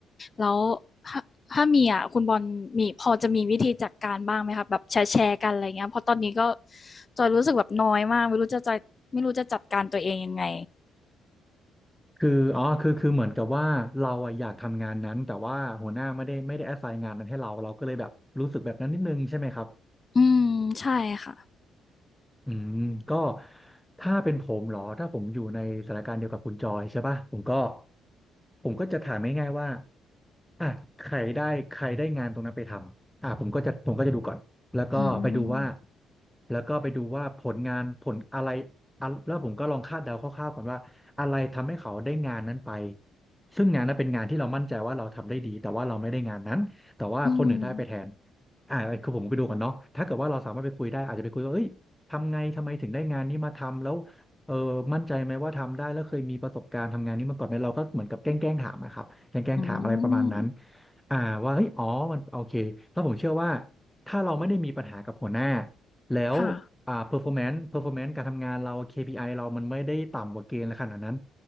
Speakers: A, on the left; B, in the centre.
A: แล้วถ้าถ้ามีอ่ะคุณบอลมีพอจะมีวิธีจัดการบ้างไหมครับแบบแชร์แกันอะไรเงี้ยเพราะตอนนี้ก็จอยรู้สึกแบบน้อยมากไม่รู้จะจะไม่รู้จะจัดการตัวเองยังไง
B: คืออ๋อคือคือเหมือนกับว่าเราอะอยากทำงานนั้นแต่ว่าหัวหน้าไม่ได้ไม่ได้ assign งานนั้นให้เราเราก็เลยแบบรู้สึกแบบนั้นนิดนึงใช่ไหมครับ
A: อืมใช่ค่ะ
B: อืมก็ถ้าเป็นผมเหรอถ้าผมอยู่ในสถานการณ์เดียวกับคุณจอยใช่ป่ะผมก็ผมก็จะถามง่ายๆว่าอ่ะใครได้ใครได้งานตรงนั้นไปทำอ่ะผมก็จะผมก็จะดูก่อนแล้วก็ไปดูว่า
A: อืม
B: แล้วก็ไปดูว่าผลงานผลอะไรอะแล้วผมก็ลองคาดเดาคร่าวๆก่อนว่าอะไรทำให้เขาได้งานนั้นไปซึ่งงานนั้นเป็นงานที่เรามั่นใจว่าเราทำได้ดีแต่ว่าเราไม่ได้งานนั้นแต่ว่าคนอื่นได้ไปแทน
A: อืม
B: อ่าคือผมไปดูก่อนเนาะถ้าเกิดว่าเราสามารถไปคุยได้อาจจะไปคุยว่าเอ้ย ทำไงทำไมถึงได้งานนี้มาทำแล้วเออมั่นใจไหมว่าทำได้แล้วเคยมีประสบการณ์ทำงานนี้มาก่อนไหมเราก็เหมือนกับแกล้งแกล้งถามนะครับแกล้งแกล้งถามอะไรประมาณนั้น
A: อืม
B: อ่าว่าเฮ้ยอ๋อมันโอเคแล้วผมเชื่อว่าถ้าเราไม่ได้มีปัญหากับหัวหน้าแล้วอ่า
A: ค่ะ
B: performance performance การทำงานเรา KPI เรามันไม่ได้ต่ำกว่าเกณฑ์ขนาดนั้น